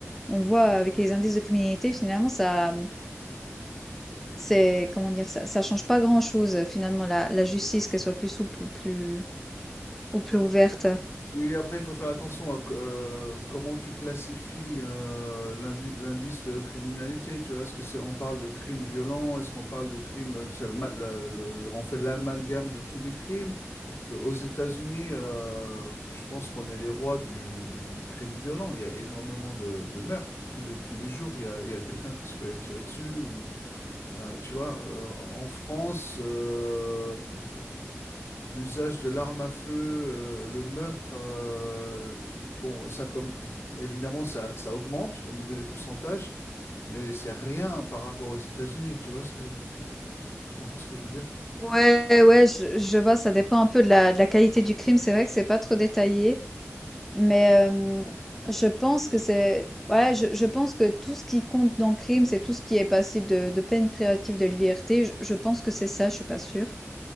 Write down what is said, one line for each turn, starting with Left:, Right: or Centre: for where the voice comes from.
Centre: on voit euh, avec les indices de criminalité finalement ça euh, c'est comment dire ça, ça change pas grand-chose euh, finalement la, la justice qu'elle soit plus souple ou plus ou plus ouverte
Left: Oui, après, il faut faire attention à c- euh, comment tu classifies euh, l'indi- l'indice de criminalité. Tu vois, est-ce que c'est on parle de crimes violents, est-ce qu'on parle de crimes, c'est le ma- le- le- le- on fait l'amalgame de tous les crimes. Euh, Aux États-Unis, euh, je pense qu'on est les rois du, du- du crime violent. Il y a énormément de, de meurtres. Tous les, tous les jours, il y a, il y a quelqu'un qui se fait tirer dessus. Ou, euh, tu vois, euh, en France, euh, l'usage de l'arme à feu, euh, le meurtre, euh, bon, ça comme, évidemment, ça, ça augmente au niveau des pourcentages, mais c'est rien par rapport aux États-Unis. Tu vois ce que je, je- tu comprends ce que je veux dire?
Centre: Ouais, ouais, je je vois, ça dépend un peu de la de la qualité du crime. C'est vrai que c'est pas trop détaillé, mais hem, je pense que c'est ouais, je je pense que tout ce qui compte dans le crime, c'est tout ce qui est passible de de peine privative de liberté. Je je pense que c'est ça, je suis pas sûre.